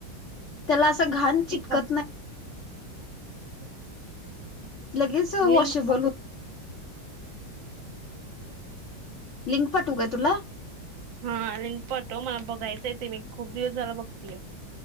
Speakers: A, on the left; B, on the right.
A: त्याला अस घाण
B: ती
A: चिटकत नाही.
B: <inaudible>
A: लगेच
B: लिंक
A: वॉशेबल होत. लिंक पाठवू का तुला?
B: हा लिंक पाठव. मला बघायच ते मी खूप दिवस झाल बघतीय.